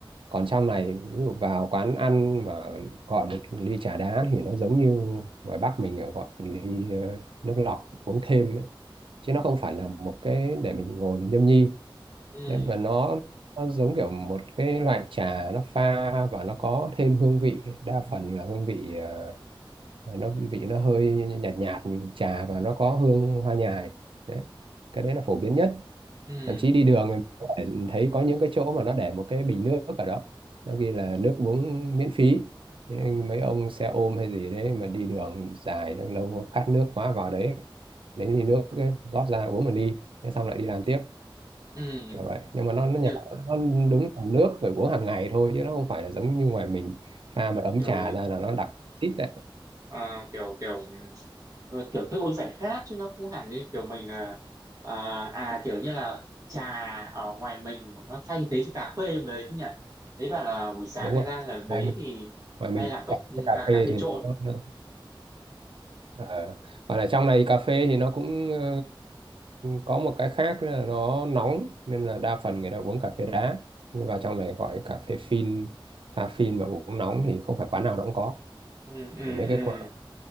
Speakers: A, on the right; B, on the right.
A: còn trong này ví dụ vào quán ăn mà gọi một ly trà đá thì nó giống như ngoài Bắc mình là gọi một ly ờ, nước lọc uống thêm ấy. chứ nó không phải là một cái để mình ngồi mình nhâm nhi
B: Ừ,
A: nên mà nó nó giống kiểu một cái loại trà nó pha và nó có thêm hương vị đa phần là hương vị ờ, nó vị nó hơi nhạt nhạt trà và nó có hương hoa nhài đấy cái đấy là phổ biến nhất
B: ừ,
A: thậm chí đi đường em có thể thấy có những cái chỗ mà nó để một cái bình nước ở đó nó ghi là nước uống miễn phí Thế anh mấy ông xe ôm hay gì đấy mà đi đường dài xong lâu khát nước quá vào đấy lấy ly nước ấy, rót ra uống mà đi thế xong lại đi làm tiếp
B: ừ.
A: kiểu vậy nhưng mà nó nó nhạt
B: Kiểu,
A: nó đúng là nước phải uống hàng ngày thôi chứ nó không phải là giống như ngoài mình pha một ấm
B: kiểu
A: trà ra là nó đặc xít lại
B: à, kiểu kiểu rồi kiểu thức uống giải khát chứ nó không hẳn như kiểu mình là à, à kiểu như là trà ở ngoài mình nó thay thế cho cà phê đấy chứ nhỉ thế bảo là buổi sáng
A: đúng
B: người ta
A: không
B: ở đấy
A: ngoài mình
B: thì
A: ngoài mình
B: hay làm cốc
A: trà
B: ừ,
A: với cà
B: cà
A: phê
B: cà phê
A: thì
B: trộn
A: nó, nó Ờ. Và ở trong này cà phê thì nó cũng ờ, có một cái khác là nó nóng nên là đa phần người ta uống cà phê đá nhưng vào trong này gọi cà phê phin pha phin mà uống nóng thì không phải quán nào nó cũng có
B: ừ ừ
A: mấy cái
B: ừ
A: quán